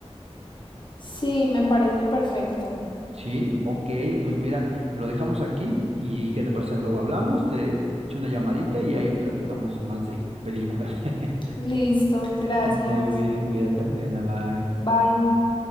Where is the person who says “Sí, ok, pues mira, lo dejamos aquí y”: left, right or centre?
Right